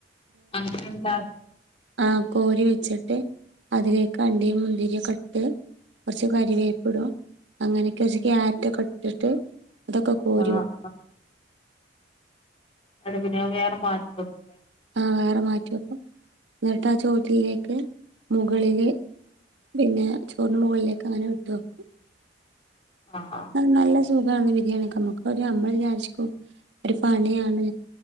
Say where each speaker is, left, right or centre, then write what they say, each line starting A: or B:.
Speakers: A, on the left; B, on the right.
A: അങ്ങനെണ്ടാ
B: ആ കോരി വെച്ചിട്ട് അതിലേക്ക് അണ്ടിയും മുന്തിരിയൊക്കെട്ട് കുറ കരുവേപ്പിടും അങ്ങനെ ച്ച് ക്യാരൊറ്റൊക്കെ ഇട്ടിട്ട് അതൊക്കെ കോരൂം
A: ആഹ് അടെ പിന്നെ വേറെ മാറ്റി വെക്കൂല്ലേ
B: ആ വേറെ മാറ്റി വെക്കും എന്നിട്ടാ ചോറ്റിലേക്ക് മുകളില് പിന്നെ ടൂർണമുകളിലേക്ക് അങ്ങനെ വിട്ടു വെക്കും
A: ആഹ്
B: ന നല്ല സൂഖ വാ ബരിയാണിവെക്ക നമക്ക് നമ്മൾ വിചാരിക്കും ഒരു പണിയാണ്